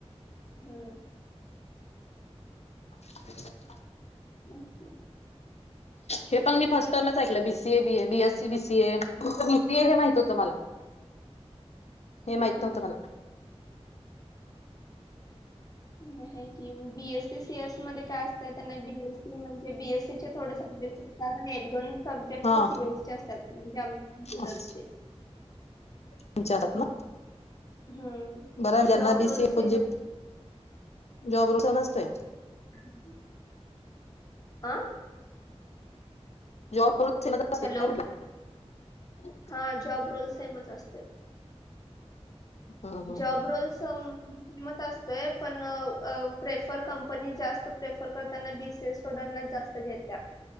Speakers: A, on the left (about 35°); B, on the left (about 70°).
A: हम.
B: <inaudible>
A: ओके.
B: हे पण मी फर्स्ट टर नच ऐकलं BCA BA BSc BCA BCA हे माहित होतं मला.
A: <inaudible>
B: हे माहिती
A: हा
B: नव्हतं मला.
A: की बीएससी सीएस मध्ये काय असत त्यांना बीएसी म्हणजे बीएससी चे थोडे सब्जेक्ट. कारण एक दोन सब्जेक्ट
B: हा
A: सीरएसचे असतात म्हणजे आम कमपुटरचे.
B: असं तुमच्या हात ना.
A: हम्म
B: बर ज्यांना
A: जॉब
B: बीसीएणजे
A: रोल सेमच
B: जॉब र समजतोय.
A: हम. आं.
B: जॉब म.
A: हॅलो
B: <unintelligible>
A: हा जॉब रोल सेमच असत.
B: हम्म, हम्म,
A: जॉब
B: हम्म.
A: रोल फेमत असतोय पण प्रेफर कंपनी जास्त प्रेफर करताना बी सी एस सोड जास्त घेत त्या